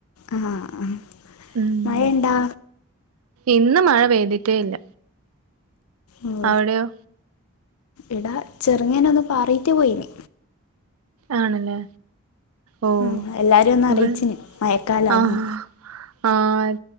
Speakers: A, on the left; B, on the right.
A: ആഹ്
B: ഉം
A: മഴെണ്ടാ?
B: ഇന്ന് മഴ പെയ്തിട്ടേ ഇല്ല
A: ഉം
B: അവിടെയോ
A: ഇടാ ചെറുങ്ങനെ ഒന്ന് പാറീറ്റ് പോയീനി
B: ആണല്ലേ ഓ
A: ആ എല്ലാരും ഒന്നും
B: ഇവി
A: അറിയിച്ചിന് മയക്കാലാന്ന്
B: ആഹ് ആഹ്